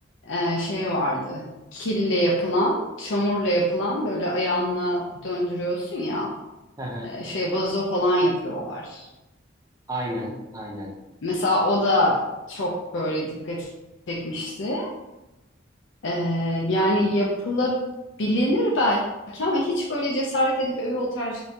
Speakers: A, on the left (about 80°); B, on the right (about 20°).
A: e, şey vardı kille yapılan çamurla yapılan böyle ayağınla döndürüyorsun ya
B: <laughs>
A: e, şey vazo falan yapıyorlar.
B: aynen, aynen.
A: Mesela o da çok böyle dikkat çekmişti. E, yani yapılabilir belki ama hiç böyle cesaret edip eve o tarz